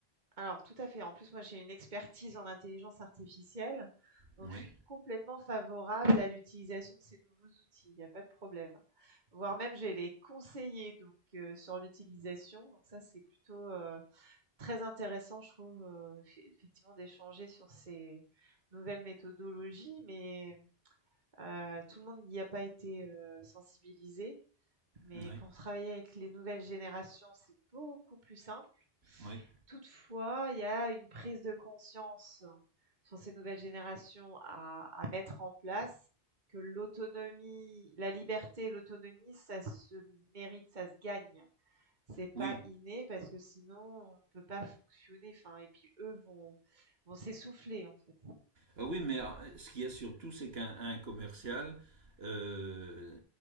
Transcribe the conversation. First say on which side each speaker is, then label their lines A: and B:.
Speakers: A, on the right; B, on the right.
A: Alors tout à fait. En plus, moi, j'ai une expertise en intelligence artificielle, donc
B: Oui,
A: je suis complètement favorable à l'utilisation de ces nouveaux outils. Il n'y a pas de problème. Voire même, j'ai les conseillers donc euh, sur l'utilisation. Donc ça, c'est plutôt euh, très intéressant, je trouve, euh, eff- effectivement, d'échanger sur ces nouvelles méthodologies. Mais euh, tout le monde n'y a pas été euh, sensibilisé. Mais
B: oui,
A: pour travailler avec les nouvelles générations, c'est beaucoup plus simple.
B: oui.
A: Toutefois, il y a une prise de conscience sur ces nouvelles générations à à mettre en place, que l'autonomie la liberté et l'autonomie, ça se mérite, ça se gagne. C'est pas
B: Oui,
A: inné parce que sinon on peut pas fonctionner, enfin et puis eux vont vont s'essouffler en fait.
B: Ah oui, mais euh, ce qu'il y a surtout, c'est qu'un commercial euh,